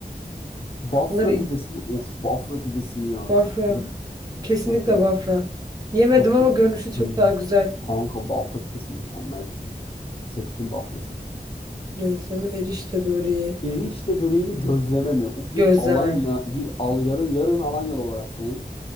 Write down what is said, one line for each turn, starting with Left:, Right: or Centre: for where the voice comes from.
Left: Bafra
Right: Bunları
Left: pidesi mi? Of bafra pidesi mi ya?
Right: Bafra.
Left: Çok güzel bir şey.
Right: Kesinlikle
Left: Çok güzel.
Right: Bafra. Yemedim
Left: Yoksa
Right: ama görünüşü çok
Left: mükemmel.
Right: daha güzel.
Left: Kanka bafra pidesi mükemmel bir şey. Seçtim bafrayı seçtim.
Right: Gözleme erişte böreği.
Left: Erişte böreğimi gözleme mi? Uf
Right: Gözleme.
Left: bir Alanya, bir al yarın yarın Alanyalı olarak senin